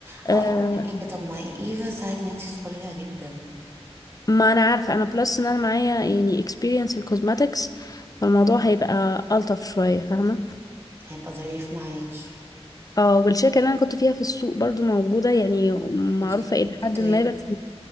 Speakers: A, on the right; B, on the left.
A: هقولك
B: أه
A: على حاجة طب ما ايفا سهل ان انتي تدخلي لها جدا
B: ما انا عارفة انا بلس ان انا معايا يعني experience الكوزماتكس فالموضوع
A: مم.
B: هيبقى ألطف شوية فاهمة
A: هيبقى ظريف معاكي
B: اه والشركة اللي انا كنت فيها في السوق برضو موجودة يعني معروفة
A: وانتي شايفة
B: الى
A: ايه
B: حد
A: طيب
B: ما بس